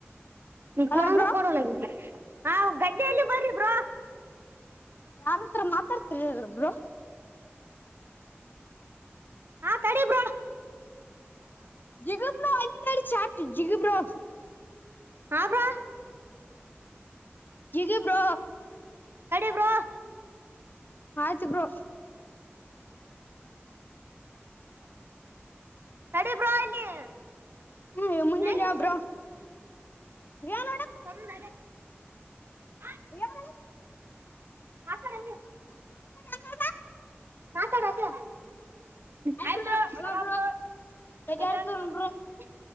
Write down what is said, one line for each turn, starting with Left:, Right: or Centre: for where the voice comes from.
Left: ಅಲ್ಲ
Right: ಕೊಡು ಅಂದ್ರೆ
Left: ಬ್ರೋ
Right: ಕೊಡಲ ಇವ ಹಾ ಗಡ್ಡೆಯಲ್ಲಿ ಬರಿ ಬ್ರೋ
Left: ಯಾರತ್ರ ಮಾತಾಡ್ತಿರೊಬ್ರು
Right: ಹಾ ತಡಿ ಬ್ರೊ
Left: <unintelligible> ಜಿಗಿ ಬ್ರೋ.
Right: ಹ್ಹಾ ಬ್ರೋ.
Left: ಜಿಗಿ ಬ್ರೋ.
Right: ತಡಿ ಬ್ರೋ.
Left: ಆಯ್ತ ಬ್ರೋ.
Right: ಕಡಿ ಬ್ರಾ ಇಲ್ಲಿ
Left: ಹ್ಮ್ ಮುಂದಿನ
Right: ಮ್ಯಾಗ
Left: ಯಬರು ಯಾನ
Right: ಕಲ್ಲ <unintelligible>
Left: ಯಾರು
Right: ಮಾತಾಡ್ ಹಂಗೆ.
Left: ಅನ್ನೋದ
Right: ಮಾತಾಡ್ ಅಂಗೇ
Left: ಹಾಯ್
Right: ಹಬ
Left: ಬ್ರೋ ಹಲೋ ಬ್ರೋ
Right: ಅ
Left: ಎಡ್ಯಾಡ್ತು
Right: <unintelligible>
Left: ಬ್ರೋ